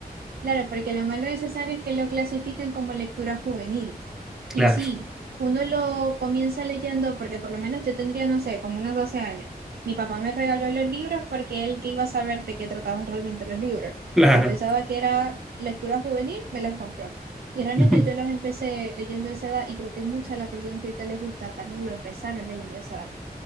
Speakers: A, on the right (about 70°); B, in the centre.
A: Claro, porque lo malo de César es que lo clasifican como lectura juvenil. Y
B: Claro,
A: sí, uno lo comienza leyendo porque por lo menos yo tendría, no sé, como unos 12 años. Mi papá me regaló los libros porque él que iba a saber de qué trataban realmente los libros.
B: claro.
A: Él pensaba que era lectura juvenil, me los compró. Y realmente
B: <laughs>
A: yo los empecé leyendo a esa edad y creo que muchas de las personas que ahorita les gusta también lo empezaron leyendo a esa edad.